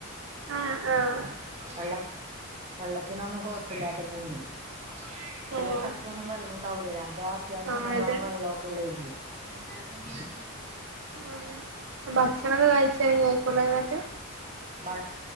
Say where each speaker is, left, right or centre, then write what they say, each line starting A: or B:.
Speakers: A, on the right (about 60°); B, on the right (about 30°).
A: ആഹ് ആഹ്
B: വെള്ള വെള്ളത്തിനൊന്നും കൊഴപ്പല്ലാത്ത ഭൂമിയാ ചെല
A: ഓഹ്
B: സ്ഥല്ത്തൊന്നും വെള്ളൂണ്ടാവില്ല. ഇപ്പൊ അത്യാവശ്യം
A: ആഹ്
B: നല്ലോണ്ണം
A: അതെ
B: വെള്ളോക്കെള്ളേ ഏരിയേ എന്താർന്നു
A: അങ്ങനെ ഭക്ഷണൊക്കെ കഴിച്ച് കഴിഞ്ഞേക്കുലേ എന്നിട്ട്
B: പ്രശ്നം <inaudible> ഭക്ഷ